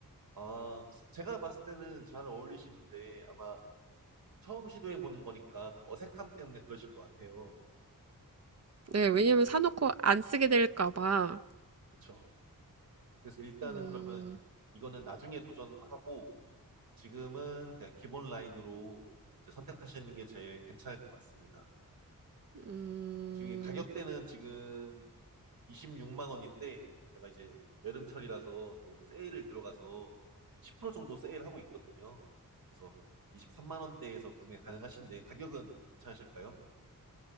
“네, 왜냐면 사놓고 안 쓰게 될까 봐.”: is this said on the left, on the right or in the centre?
Right